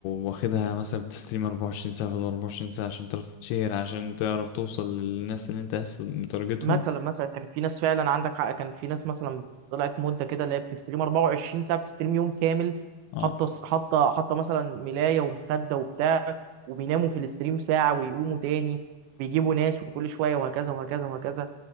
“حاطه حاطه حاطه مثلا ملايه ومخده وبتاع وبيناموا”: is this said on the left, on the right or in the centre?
Right